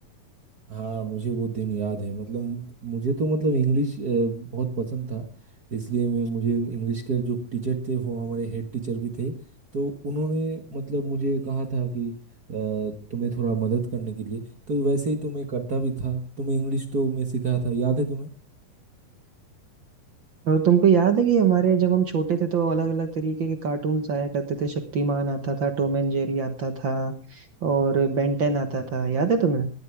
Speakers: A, on the right; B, on the right.
A: हाँ मुझे वो दिन याद है मतलब मु- मुझे तो मतलब इंग्लिश अ, बहुत पसंद था इसलिए मैं मुझे इंग्लिश के जो टीचर थे वो हमारे हेड टीचर भी थे तो उन्होंने मतलब मुझे कहा था कि अ, तुम्हें थोड़ा मदद करने के लिए तो वैसे ही तो मैं करता भी था तो मैं इंग्लिश तो मैं सिखाया था याद है तुम्हें
B: और तुमको याद है कि हमारे जब हम छोटे थे तो अलग अलग तरीके के कार्टून्स आया करते थे शक्तिमान आता था टॉम एंड जेरी आता था और बेंटेन आता था याद है तुम्हें